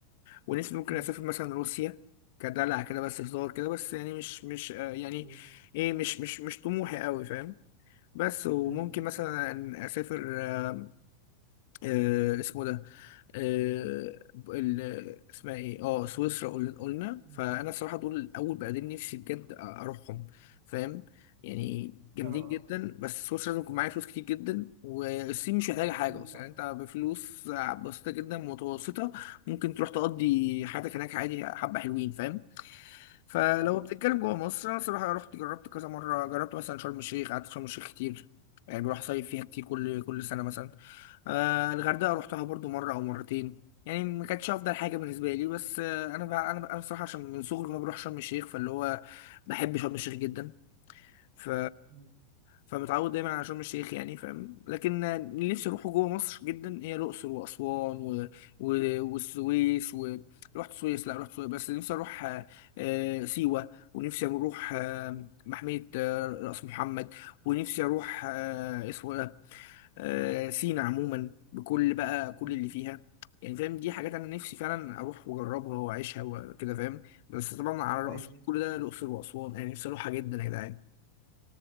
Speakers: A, on the left; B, on the right.
A: ونفسي ممكن
B: مم.
A: اسافر مثلا روسيا كدلع كده بس هزار كده بس يعني مش مش آه، يعني
B: مم.
A: ايه مش مش مش طموحي قوي فاهم بس وممكن
B: امم،
A: مثلا اسافر آه، آه، اسمه ده آه، ال- اسمها ايه اه سويسرا قل- قلنا
B: امم.
A: فانا الصراحه دول اول بلدين نفسي بجد أ- اروحهم فاهم يعني جامدين
B: آه، آه،
A: جدا بس سويسرا لازم يكون معايا فلوس كتير جدا والصين مش محتاجه حاجه
B: أكيد
A: اصلا
B: طبعًا.
A: يعني انت بفلوس بسيطه جدا متوسطه ممكن تروح تقضي حياتك هناك عادي حبه حلوين فاهم فلو
B: امم،
A: بتتكلم جوه مصر انا الصراحه رحت جربت كذا مره جربت مثلا شرم الشيخ قعدت في شرم الشيخ كتير يعني بروح صيف فيها كتير كل كل سنه مثلا آه الغردقه روحتها برضو مره او مرتين يعني ما كانتش افضل حاجه بالنسبه لي بس آه انا بقى انا بقى انا بصراحه عشان من صغري وانا بروح شرم الشيخ فاللي هو بحب شرم الشيخ جدا ف
B: امم،
A: فمتعود دايما على شرم الشيخ يعني فاهم لكن آه، اللي نفسي اروحه جوه مصر جدا هي الاقصر واسوان و... و... والسويس و... رحت السويس لا رحت السويس بس نفسي اروح آه، آه، سيوه ونفسي اروح آه،
B: امم،
A: محميه آه، راس محمد ونفسي اروح آه، اسمه آه، سينا عموما بكل بقى كل
B: امم.
A: اللي فيها يعني فاهم دي حاجات انا نفسي فعلا اروح واجربها واعيشها وكده فاهم بس طبعا على رأس
B: أيوه،
A: كل ده الاقصر واسوان انا نفسي اروحها جدا يا جدعان